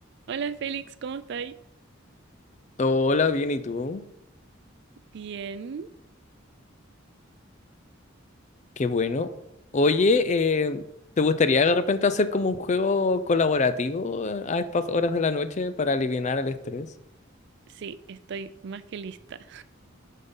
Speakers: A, on the right; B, on the left.
A: Hola Félix, ¿cómo estáis?
B: Hola, bien, ¿y tú?
A: Bien,
B: Qué bueno. Oye, eh, ¿te gustaría de repente hacer como un juego colaborativo eh, a estas horas de la noche para aliviar el estrés?
A: sí, estoy más que lista.